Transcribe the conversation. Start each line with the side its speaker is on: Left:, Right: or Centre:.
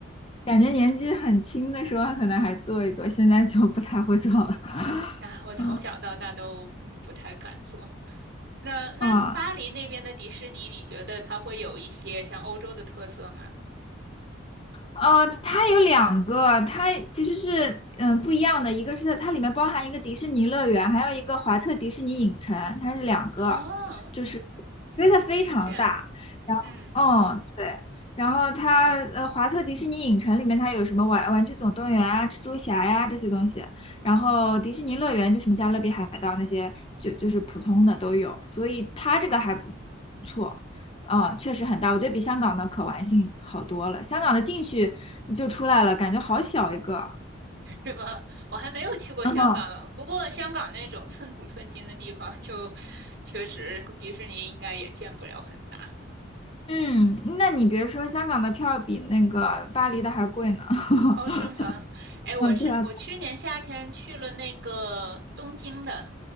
Left: 感觉年纪很轻的时候可能还坐一坐，现在就不太会坐了。<laughs>
Right: 啊，我从小到大都嗯不太敢做。
Left: 嗯。
Right: 那那巴黎那边的迪士尼，
Left: 啊，
Right: 你觉得它会有一些像欧洲的特色吗？
Left: 呃，它有两个，它其实是嗯、呃不一样的，一个是它里面包含一个迪士尼乐园，还有一个华特迪士尼影城，它是两个，
Right: 哦，
Left: 就是因为它非常大，
Right: 是这样，
Left: 然后
Right: 嗯，
Left: 嗯对，然后它呃华特迪士尼影城里面它有什么玩玩具总动员啊、蜘蛛侠呀、这些东西，然后迪士尼乐园就什么加勒比海盗那些就就是普通的都有，所以它这个还不错。嗯，确实很大，我觉得比香港的可玩性好多了。香港的进去就出来了，感觉好小一个。
Right: <laughs> 是吧？我还没有去过香港了，
Left: 然后，
Right: 不过香港那种寸土寸金的地方就 <laughs>，确实迪士尼应该也建不了很大。
Left: <laughs> 嗯，那你别说，香港的票比那个巴黎的还贵呢。<laughs>
Right: 哦，是吗？哎，我是我去年夏天去了那个东京的，
Left: 啊，对啊，